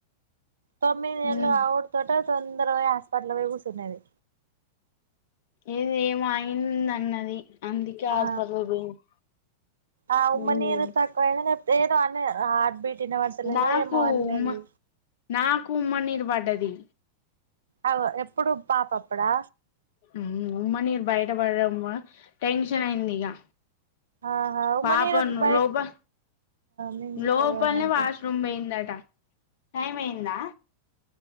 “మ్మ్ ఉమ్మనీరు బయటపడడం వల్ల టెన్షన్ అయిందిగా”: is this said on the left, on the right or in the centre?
Left